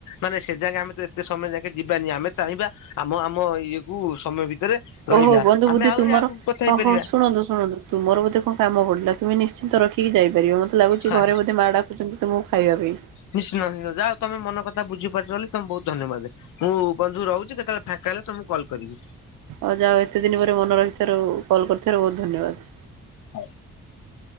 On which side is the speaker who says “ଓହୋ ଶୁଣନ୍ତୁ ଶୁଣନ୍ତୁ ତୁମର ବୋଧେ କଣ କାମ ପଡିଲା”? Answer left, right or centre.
Right